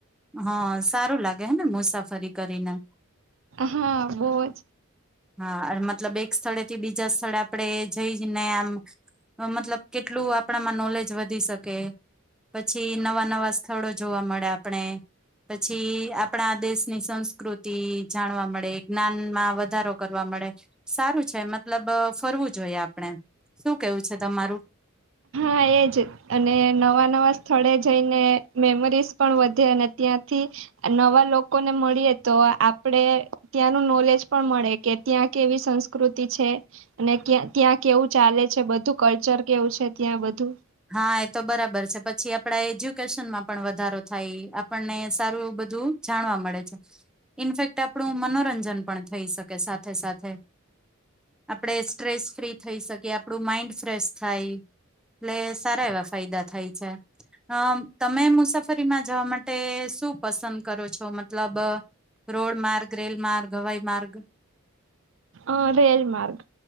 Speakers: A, in the centre; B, on the right.
A: હા સારું લાગે હેને મુસાફરી કરીને.
B: હા બોજ.
A: હા મતલબ એક સ્થળેથી બીજા સ્થળે આપડે જઈને આમ મતલબ કેટલું આપણામાં નોલેજ વધી શકે પછી નવા-નવા સ્થળો જોવા મળે આપણે પછી આપણા દેશની સંસ્કૃતિ જાણવા મળે જ્ઞાનમાં વધારો કરવા મળે સારું છે. મતલબ ફરવું જોઈએ આપણે શું કેવું છે તમારું.
B: હા એજ અને નવા-નવા સ્થળે જઈને મેમરીઝ પણ વધે અને ત્યાંથી નવા લોકોને મળીએ તો આપડે ત્યાંનું નોલેજ પણ મળે કે ત્યાં કેવી સંસ્કૃતિ છે અને ત્યાં કેવું ચાલે છે બધું કલ્ચર કેવું છે ત્યાં બધું. બધું.
A: હા એ તો બરાબર છે પછી આપણા એજ્યુકેશનમાં પણ વધારો થાય આપણને સારું બધું જાણવા મળે છે ઇનફેક્ટ આપણું મનોરંજન પણ થઈ શકે સાથે સાથે આપણે સ્ટ્રેસ ફ્રી થઈ શકીએ આપણું માઈન્ડ ફ્રેશ થાય. એટલે સારા એવા ફાયદા થાય છે અ તમે મુસાફરીમાં જવા માટે શું પસંદ કરો છો મતલબ રોડ માર્ગ, રેલ માર્ગ, હવાઈ માર્ગ.
B: અ રેલ માર્ગ.